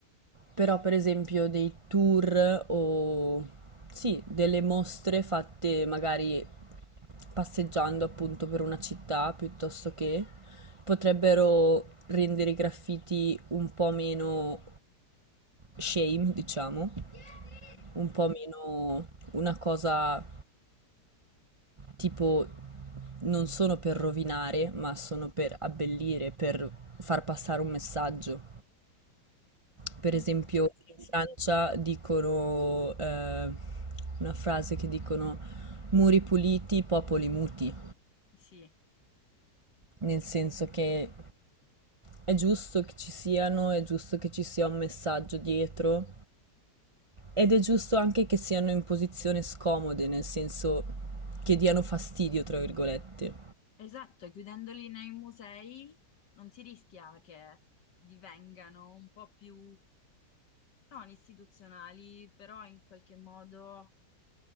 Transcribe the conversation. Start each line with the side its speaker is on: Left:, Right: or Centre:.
Right: Però per esempio dei tour o sì, delle mostre fatte magari passeggiando appunto per una città piuttosto che potrebbero rendere i graffiti un po' meno shame, diciamo,
Left: mhm,
Right: un po' meno una cosa tipo non sono per rovinare, ma sono per abbellire, per far passare un messaggio. Per
Left: mhm.
Right: esempio, in Francia dicono eh, una frase che dicono muri puliti, popoli muti,
Left: Sì.
Right: nel senso che è giusto che ci siano, è giusto che ci sia un messaggio dietro ed è giusto anche che siano in posizione scomode, nel senso che diano fastidio, tra virgolette.
Left: Esatto, chiudendoli nei musei non si rischia che divengano un po' più non istituzionali, però in qualche modo